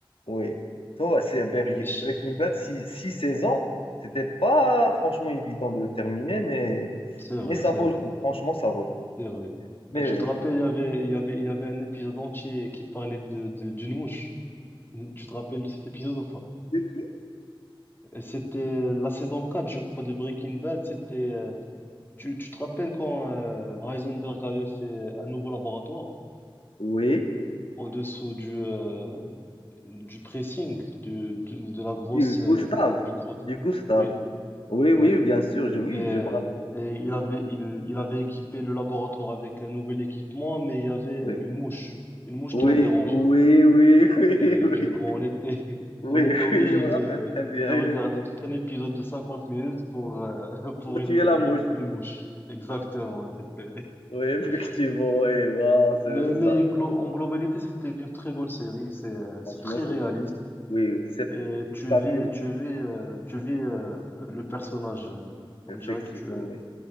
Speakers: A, on the left; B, on the left.
A: oui. Toi, c'est Ber-
B: mais ch-
A: Breaking Bad, six six saisons, c'était pas franchement évident de le terminer, mais,
B: c'est vrai,
A: mais ça
B: c'est
A: vaut
B: vrai.
A: le coup, franchement, ça vaut le coup.
B: C'est vrai.
A: Mais
B: Et tu
A: euh,
B: te rappelles, il y avait, il y avait, il y avait un épisode entier qui parlait de, de- d'une mouche. Tu te rappelles de cet épisode ou pas?
A: de qui?
B: Et C'était euh, la saison 4 je crois, de Breaking Bad. C'était, euh, tu, tu te rappelles quand euh, Heisenberg avait fait un nouveau laboratoire
A: Oui,
B: au-dessous du, euh, du pressing, de, de, de la grosse,
A: du Gustave,
B: euh, du gros.
A: du Gustave.
B: Oui,
A: Oui, oui,
B: oui.
A: bien sûr, je, oui,
B: Et, euh,
A: je me
B: et il avait, il, il avait équipé le laboratoire avec un nouvel équipement, mais il y avait
A: rappelle.
B: une mouche, une mouche
A: Oui,
B: qui l'a dérangé.
A: oui, oui, oui,
B: Et
A: <laughs> oui, oui,
B: du coup, on était, <laughs>
A: oui,
B: on était obligé
A: oui, je me
B: de,
A: rappelle très bien.
B: de regarder
A: Il est
B: tout un épisode de 50 minutes pour, euh, <laughs> pour
A: pour
B: une,
A: tuer la
B: une,
A: mouche.
B: une mouche. Exactement, c'était.
A: Oui, <laughs> effectivement,
B: <laughs>
A: oui. waouh ça,
B: Mais, mais
A: ça,
B: glo- en globalité, c'était une très bonne série. C'est, euh,
A: franchement,
B: c'est très
A: c'est
B: réaliste.
A: beau. Oui, oui, c'est
B: Et tu
A: parmi,
B: vis, tu vis, euh, tu vis euh, le personnage. euh, On
A: effectivement,
B: dirait que tu,
A: oui.